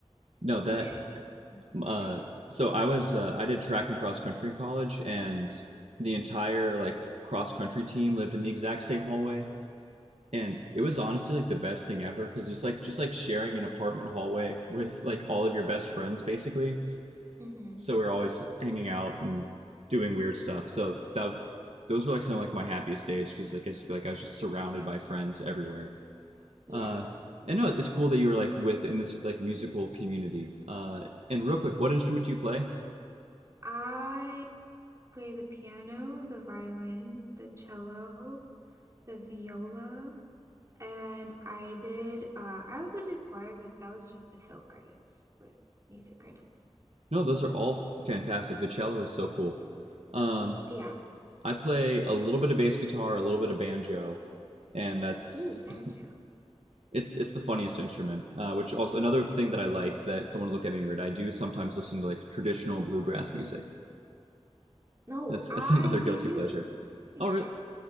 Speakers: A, on the right (about 75°); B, on the right (about 30°).
A: No, that
B: with <laughs> our instruments.
A: uh so I was uh, I did track and cross country in college and the entire like cross country team lived in the exact same hallway and it was honestly like the best thing ever because it's like just like sharing an apartment hallway with like all of your best friends basically.
B: <laughs> hmm
A: So we are always hanging out and doing weird stuff. So that those were like some of like my happiest days because like I just feel like I was just surrounded by friends everywhere.
B: Yeah.
A: Uh, and no, it's cool that you were like with in this like musical community. Uh, and real quick, what instrument do you play?
B: I play the piano, the violin, the cello, the viola, and I did uh I also did choir, but that was just to fill credits with music credits.
A: No, those are all fantastic. The cello is so cool. Um,
B: Yeah.
A: I play a little bit of bass guitar, a little bit of banjo, and that's
B: Ooh, banjo.
A: it's it's the funniest instrument. Uh, which also another thing that I like that someone would look at me weird. I do sometimes listen to like traditional bluegrass music.
B: No,
A: That's
B: I
A: <laughs> that's another guilty
B: do too.
A: pleasure.
B: <laughs>
A: Oh, really?